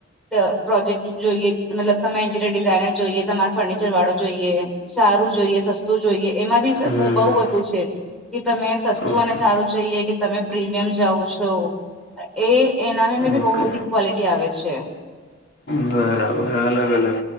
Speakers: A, in the centre; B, on the left.
A: પ્ર પ્રોજેક્ટ જોઈએ, મતલબ તમામે ઇન્ટિરિયર ડિઝાઇનર જોઈએ? તમારો ફર્નિચર વાળો જોઈએ! સારું જોઈએ, સસ્તું જોઈએ, એમાં બી સ
B: હમ,
A: બહુ બધું
B: હમ,
A: છે. કે તમે સસ્તું
B: ઓકે
A: અને સારું ચઈએ, કે તમે પ્રીમિયમ જાઓ છો. એ એનામે બી
B: ઓકે
A: બહુ બધી ક્વોલિટી આવે છે.
B: બરાબર, અલગ અલગ